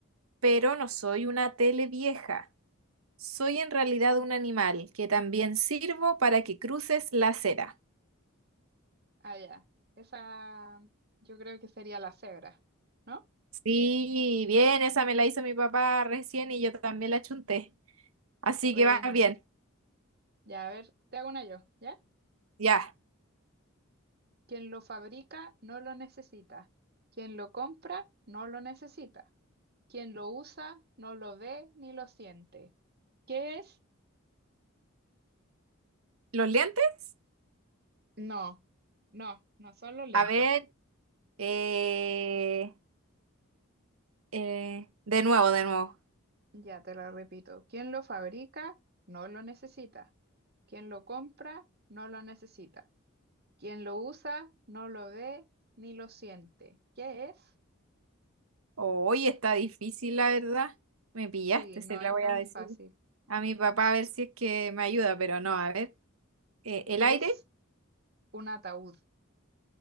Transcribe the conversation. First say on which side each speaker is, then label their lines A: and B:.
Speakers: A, on the right; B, on the right.
A: pero no soy una tele vieja. Soy en realidad un animal que también sirvo para que cruces la acera.
B: ah, ya. Esa yo creo que sería la cebra, ¿no?
A: Sí, bien, esa me la hizo mi papá recién y yo también la chunté. Así
B: Buena.
A: que va bien.
B: Ya, a ver, te hago una yo, ¿ya?
A: Ya.
B: Quien lo fabrica no lo necesita. Quien lo compra no lo necesita. Quien lo usa no lo ve ni lo siente. ¿Qué es?
A: ¿Los lentes?
B: No, no, no son los lentes.
A: A ver, eh, eh, de nuevo, de nuevo.
B: Ya te la repito. Quien lo fabrica, no lo necesita. Quien lo compra, no lo necesita. Quien lo usa, no lo ve ni lo siente. ¿Qué es?
A: Hoy está difícil, la verdad. Me pillaste,
B: Sí, no
A: se la
B: es
A: voy
B: tan
A: a decir
B: fácil.
A: a mi papá a ver si es que me ayuda, pero no, a ver. Eh, el
B: Es
A: aire,
B: un ataúd.